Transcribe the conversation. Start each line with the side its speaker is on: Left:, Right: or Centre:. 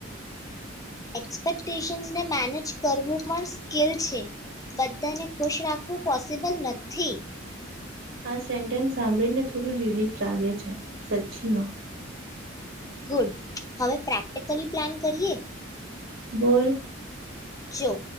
Left: એક્સપેક્ટેશન્સને મેનેજ કરવું પણ સ્કેલ છે. બધાને ખુશ રાખવું પોસિબલ નથી.
Right: આ સેન્ટેન્સ સાંભળીને થોડું રિલીફ લાગે છે. સચ્ચીમાં.
Left: ગુડ હવે પ્રેક્ટિકલી પ્લાન કરીએ?
Right: બોલ.
Left: જો